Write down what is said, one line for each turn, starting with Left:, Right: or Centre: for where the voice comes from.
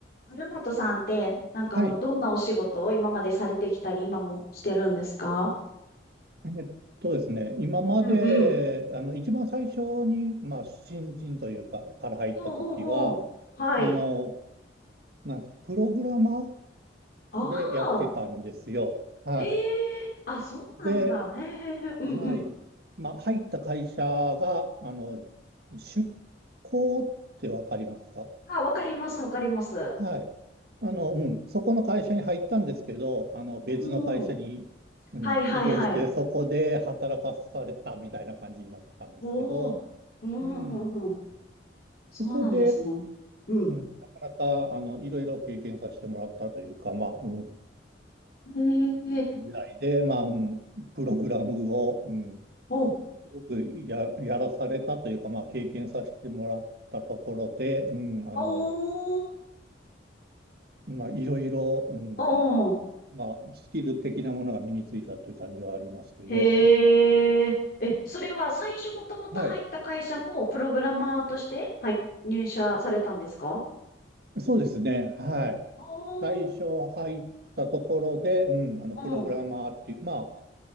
Left: 春本さんって、なんかあの、
Right: はい。
Left: どんなお仕事を今までされてきたり、今もしてるんですか
Right: えっとですね、今まで、
Left: うんうん。
Right: あの、一番最初に、まあ、新人というか、から入った時は、
Left: ほうほうほう。はい。
Right: あの、なんすか、プログラマー
Left: ああ、
Right: でやってたんですよ。はい。
Left: へえ、あ、そうなんだ。
Right: で、
Left: へえへえへえ。うんうん。
Right: はい。まあ、入った会社が、あの、出向ってわかりますか
Left: あ、わかります、わかります。
Right: はい。あの、うん、そこの会社に入ったんですけど、あの、別の会社に、
Left: おお、
Right: うん、
Left: はいはいはい。
Right: 移動して、そこで働かされたみたいな感じになったんですけど、
Left: おお、うん、
Right: うん、
Left: うん、うん。うんそうなんですね。
Right: そこで、
Left: うん。
Right: うん、なかなか、あの、いろいろ経験させてもらったというか、まあ、うん、
Left: へえ、
Right: 時代で、まあ、うん、プログラムを、うん、
Left: お、
Right: すごくや、やらされたというか、まあ、経験させてもらったところで、うん、あの、
Left: おお、
Right: まあ、いろいろ、うん
Left: おお。
Right: まあ、スキル的なものが身についたっていう感じはありますけど、
Left: へえ。え、それは最初もともと入った会社もプログラマーとして入、
Right: はい。
Left: 入社されたんですか
Right: そうですね。はい。
Left: おー、
Right: 最初入ったところで、うん、あの、
Left: うん。
Right: プログラマーっていう、まあ、